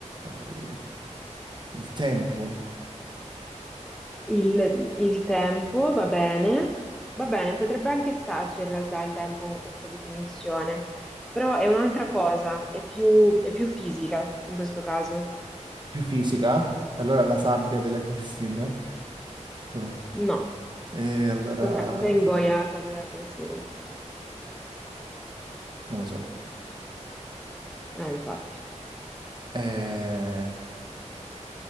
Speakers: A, on the right; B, in the centre.
A: eh, il tempo
B: Il, il tempo va bene. Va bene, potrebbe anche starci in realtà il tempo con questa definizione, però è un'altra cosa, è più, è più fisica in questo caso.
A: più fisica, allora la sabbia della <laughs> clessidra, no.
B: No.
A: E allora,
B: Cosa, cosa ingoia? Sapete che si... Eh,
A: non lo so,
B: infatti.
A: è